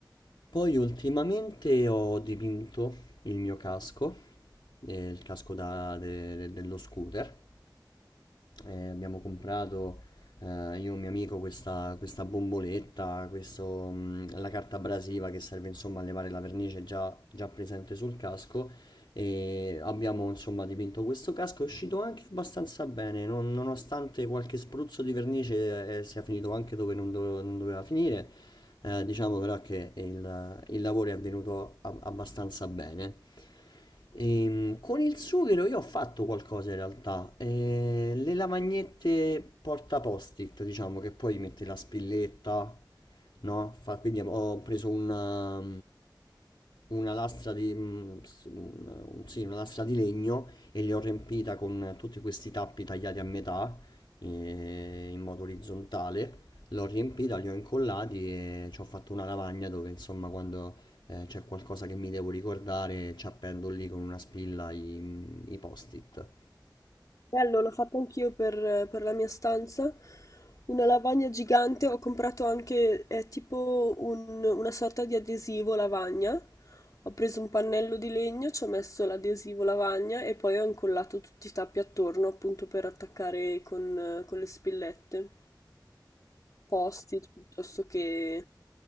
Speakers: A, on the left; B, on the left.
A: Poi ultimamente ho dipinto il mio casco e il casco da- de- de- dello scooter. E abbiamo comprato eh, io e un mio amico questa, questa bomboletta, questo, mm, la carta abrasiva che serve insomma a levare la vernice già, già presente sul casco e abbiamo insomma dipinto questo casco, è uscito anche abbastanza bene, non- nonostante qualche spruzzo di vernice eh, sia finito anche dove non, dove- non doveva finire, Eh, diciamo però che il, il lavoro è avvenuto ab- abbastanza bene. Ehm, con il sughero io ho fatto qualcosa in realtà, Eh, le lavagnette porta post-it, diciamo che poi metti la spilletta, no? Fa- quindi ho preso una, una lastra di, mm, s- un- un- sì, una lastra di legno e li ho riempita con tutti questi tappi tagliati a metà eh, in modo orizzontale. L'ho riempita, li ho incollati e ci ho fatto una lavagna dove insomma quando eh, c'è qualcosa che mi devo ricordare ci appendo lì con una spilla i, i post-it.
B: Bello, l'ho fatto anch'io per, per la mia stanza. Una lavagna gigante, ho comprato anche eh, tipo un- una sorta di adesivo lavagna. Ho preso un pannello di legno, ci ho messo l'adesivo lavagna e poi ho incollato tutti i tappi attorno appunto per attaccare con, eh, con le spillette. Post-it piuttosto che